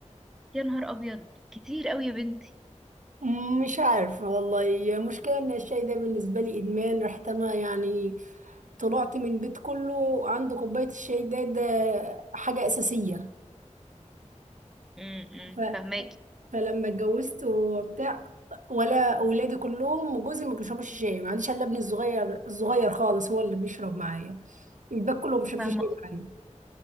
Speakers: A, in the centre; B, on the right.
A: يا نهار ابيض كتير قوي يا بنتي
B: مم، مش عارفة والله هي مشكلة إن الشاي ده بالنسبة لي إدمان رحت أنا يعني طلعت من بيت كله عنده كوباية الشاي ده ده حاجة أساسية
A: امم
B: ف...
A: فاهماكي
B: فلما اتجوزت وبتاع ولا أولادي كلهم وجوزي ما بيشربوش شاي ما عنديش إلا ابني الصغير الصغير خالص هو اللي بيشرب معايا الباقي كله ما بيشربش
A: فاهمه
B: شاي معايا